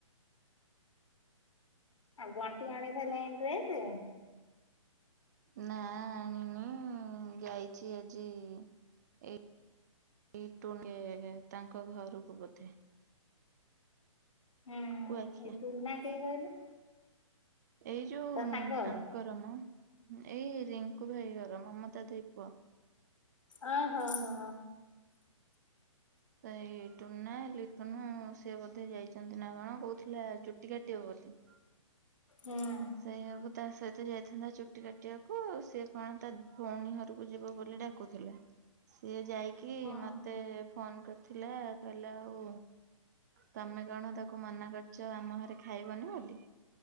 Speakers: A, on the left; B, on the right.
A: ଆଉ ବଣ୍ଟି ଆଣିସାଇଲାଣି ଡ୍ରେସ।
B: ନା ଆଣିନି ଯାଇଛି ଆଜି ଏ <unintelligible> ତାଙ୍କ ଘରକୁ ବୋଧେ
A: ହୁଁ
B: କୁଆଖିଆ
A: ଏ ଟୁନା କିଏ କହିଲ?
B: ଏଇ ଯୋଉ
A: ସାଙ୍ଗ
B: ଆଙ୍କର ମ' ଏଇ ରିଙ୍କୁ ଭାଇ ଘର ମମତା ଦେଇ ପୁଅ
A: ଓ ହୋ ହୋ।
B: ତ ଏଇ ଟୁନା ଲିଟୁନୁ ସେ ବୋଧେ ଯାଇଛନ୍ତି ନା କଣ କୋଉଥିଲା ଚୁଟି କାଟିବ ବୋଲି
A: ହୁଁ।
B: ସେଇଆକୁ ତା ସହିତ ଯାଇଥାନ୍ତା ଚୁଟି କାଟିବାକୁ ସିଏ କଣ ତା ଭଉଣୀ ଘରକୁ ଯିବ ବୋଲି ଡାକୁଥିଲା ସିଏ ଯାଇକି
A: ହଁ।
B: ମତେ ଫୋନ କରି ଥିଲା କହିଲା ଆଉ ତମେ କଣ ତାକୁ ମନା କରିଛ ଆମ ଘରେ ଖାଇବନି ବୋଲି।